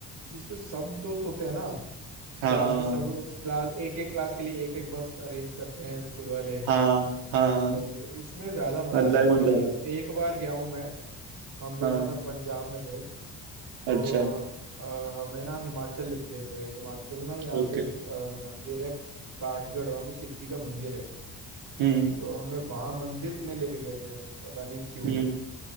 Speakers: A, on the right (about 60°); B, on the right (about 80°).
A: जिसमें सब दोस्त होते हैं ना
B: हाँ
A: क्लास के सब क्लास एक एक क्लास के लिए एक एक बस अरेंज करते हैं स्कूल वाले
B: हाँ हाँ
A: भाई
B: हाँ
A: उसमें ज्यादा मजा
B: अलग
A: आता है मैं
B: मजा आता है।
A: एक बार गया हूँ मैं हम लोग
B: हाँ
A: ना तब पंजाब में थे तो
B: अच्छा
A: अ, हमें ना हिमाचल लेके गए थे हिमाचल ना यहाँ
B: ओके
A: पे एक अ, मंदिर है काठगढ़ वहाँ पे शिव जी का मंदिर है
B: हम्म
A: तो हमें वहाँ मंदिर में लेके गए थे पता नहीं क्यों
B: हम्म